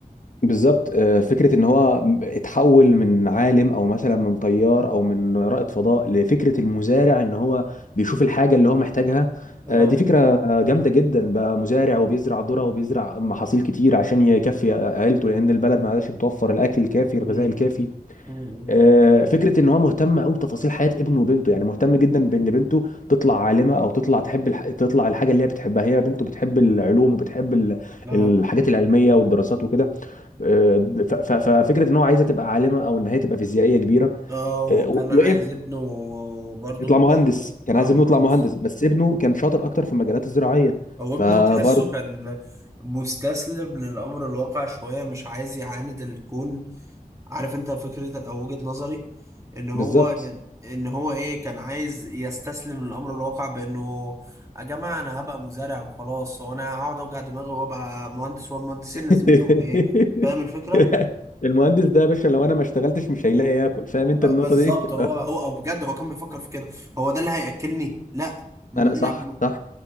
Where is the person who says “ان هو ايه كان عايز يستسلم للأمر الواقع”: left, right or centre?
Right